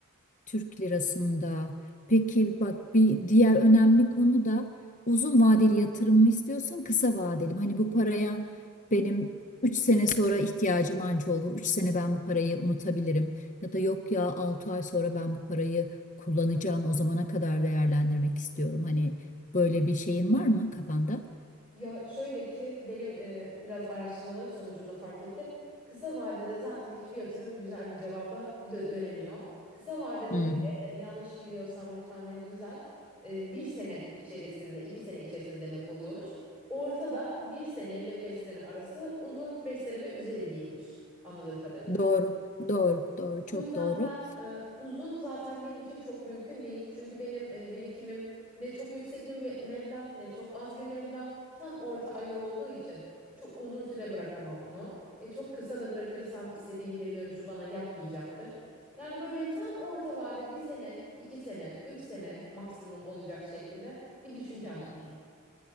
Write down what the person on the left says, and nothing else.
Türk lirasında. Peki bak bir diğer önemli konu da uzun vadeli yatırım mı istiyorsun, kısa vadeli mi? Hani bu paraya benim 3 sene sonra ihtiyacım anca olur. 3 sene ben bu parayı unutabilirim. Ya da yok ya 6 ay sonra ben bu parayı kullanacağım. O zamana kadar değerlendirmek istiyorum. Hani böyle bir şeyin var mı kafanda?
Hı hı.
Doğru, doğru, doğru,
çok
doğru.
Hmm,